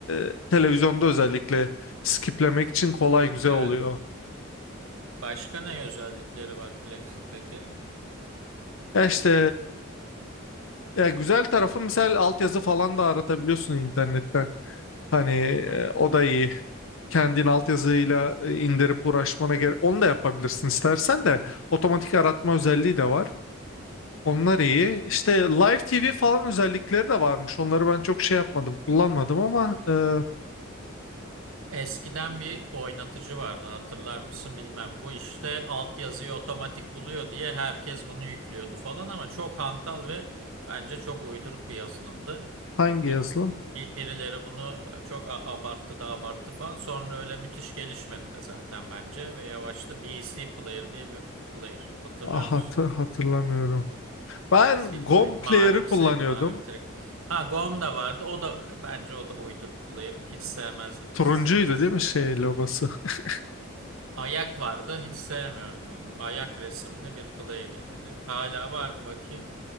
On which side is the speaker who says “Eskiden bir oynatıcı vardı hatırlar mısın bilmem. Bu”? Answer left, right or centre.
Right